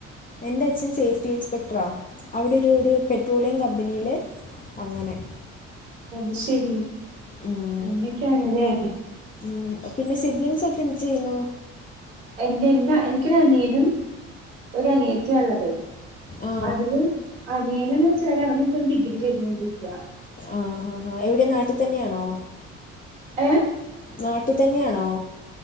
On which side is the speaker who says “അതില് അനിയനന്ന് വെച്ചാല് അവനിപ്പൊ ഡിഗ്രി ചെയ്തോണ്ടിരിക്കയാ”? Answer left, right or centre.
Right